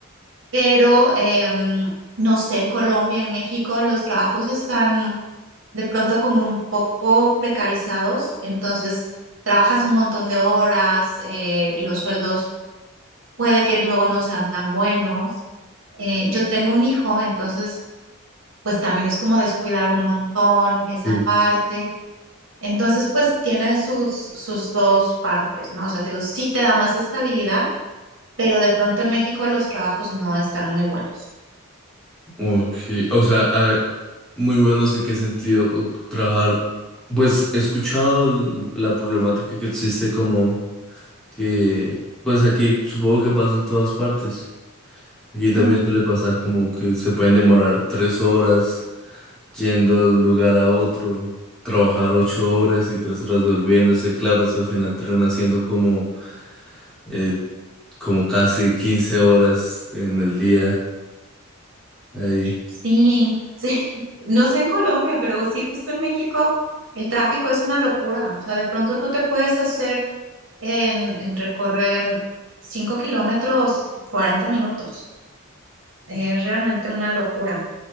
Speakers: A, on the right; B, in the centre.
A: Pero em, no sé, en Colombia, en México, los trabajos están de pronto como un poco precarizados, entonces trabajas un montón de horas, eh, y los sueldos puede que luego no sean tan buenos. Eh, yo tengo un hijo, entonces pues también es como descuidar un montón esa
B: sí.
A: parte. Entonces, pues tiene sus, sus dos partes, ¿no? O sea, te digo, sí te da más estabilidad, pero de pronto en México los trabajos no están muy buenos.
B: Ok, o sea, ah, muy bueno, sé qué sentido trabajar. Pues he escuchado el- la problemática que existe como que pues aquí supongo que pasa en todas partes. Aquí también
A: Mm.
B: suele pasar como que se pueden demorar tres horas yendo de un lugar a otro, trabajar ocho horas y tres horas devolviéndose. Claro, eso al final termina haciendo como, eh, como casi 15 horas en el día ahí.
A: Sí, sí. <laughs> No sé en Colombia, pero sí, justo en México el tráfico es una locura. O sea, de pronto tú te puedes hacer en, en recorrer 5 kilómetros 40 minutos. Es realmente una locura.